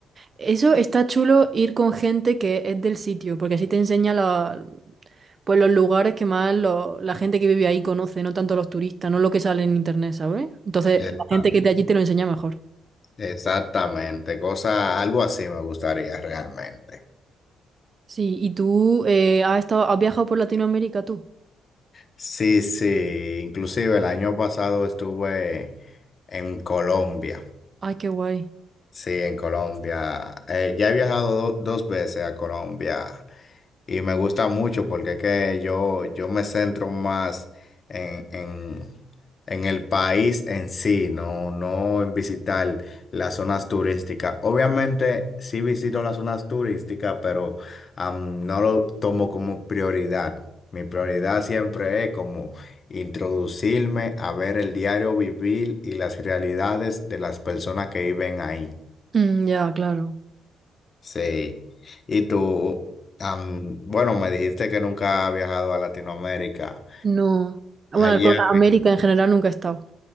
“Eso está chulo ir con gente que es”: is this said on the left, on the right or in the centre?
Right